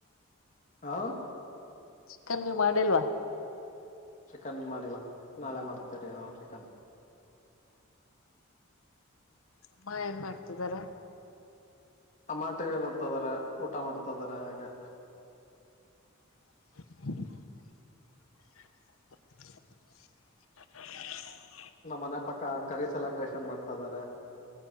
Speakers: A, on the left; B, on the left.
A: ಹಾ
B: ಚಿಕನ್ ಮಾಡಿಲ್ವಾ
A: ಚಿಕನ್ ಮಾಡಿಲ್ಲ ನಾಳೆ ಮಾಡ್ತೇರಿ ನಾವು ಚಿಕನ್
B: ಅಮ್ಮ ಏನ್ ಮಾಡ್ತಿದಾರ
A: ಅಮ್ಮಟಿಗೆ ನೋಡ್ತ ಇದಾರ ಊಟ ಮಾಡ್ತದಾರ ಹಾಗಗ
B: ಹ <unintelligible>
A: ನಮ್ಮ ಮನೆ ಪಕ್ಕ ಕರಿ ಸೆಲೆಬ್ರೇಷನ್ ಮಾಡ್ತಾ ಇದ್ದಾರೆ.